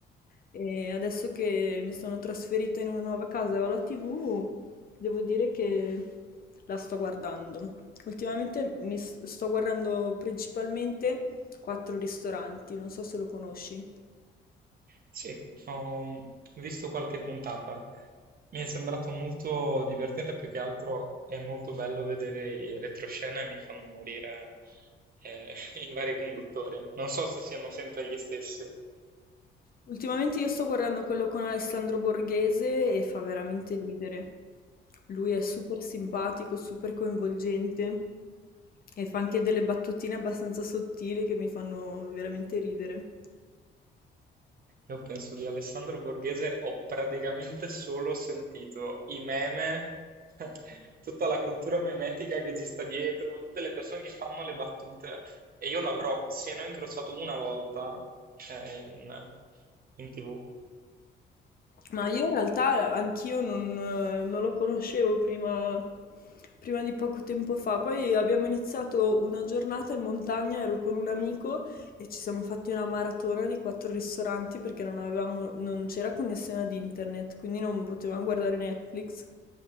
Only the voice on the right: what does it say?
Sì, ho mm, visto qualche puntata. Mi è sembrato molto divertente, più che altro è molto bello vedere i retroscena e mi fanno morire eh, <laughs> i vari conduttori. Non so se siano sempre gli stessi.
Io penso di Alessandro Borghese ho praticamente solo sentito i meme, <laughs> tutta la cultura memetica che ci sta dietro, tutte le persone che fanno le battute e io l'avrò, se non incrociato una volta, eh, in, in TV.